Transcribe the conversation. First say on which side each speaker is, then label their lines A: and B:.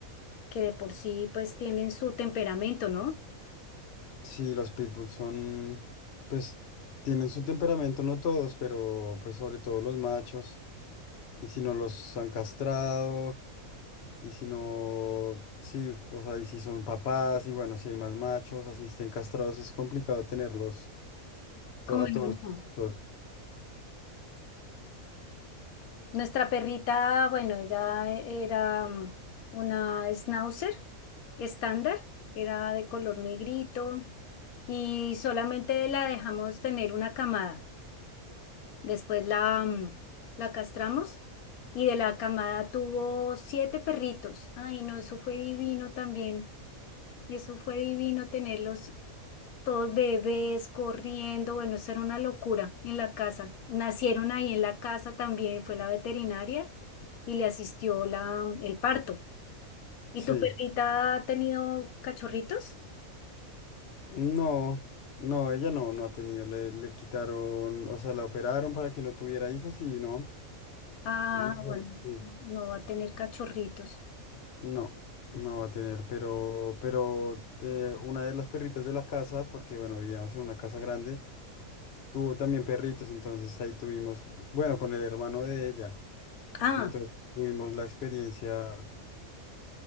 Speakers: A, on the left; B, on the left.
A: que de por sí pues tienen su temperamento, ¿no?
B: Sí, los pitbulls son, pues, tienen su temperamento, no todos, pero pues sobre todo los machos. Y si no los han castrado, y si no, sí, o sea, y si son papás, y bueno, si hay más machos, así estén castrados, es complicado tenerlos to-
A: Como
B: a
A: en
B: todos
A: uno.
B: juntos.
A: Nuestra perrita, bueno, ella e-, era mm, una schnauzer estándar, era de color negrito y solamente la dejamos tener una camada. Después la, mm, la castramos y de la camada tuvo siete perritos. Ay, no, eso fue divino también. Eso fue divino tenerlos todos bebés corriendo, bueno, eso era una locura en la casa. Nacieron ahí en la casa también, fue la veterinaria y le asistió la, el parto. ¿Y
B: Sí.
A: tu perrita ha tenido cachorritos?
B: No, no, ella no, no ha tenido, le, le quitaron, o sea, la operaron para que no tuviera hijos y no,
A: Ah,
B: es mejor,
A: bueno,
B: sí.
A: no va a tener cachorritos.
B: No, no va a tener, pero, pero eh, una de las perritas de la casa, porque bueno, vivíamos en una casa grande, tuvo también perritos, entonces ahí tuvimos, bueno, con el hermano de ella,
A: Ah,
B: entonces tuvimos la experiencia,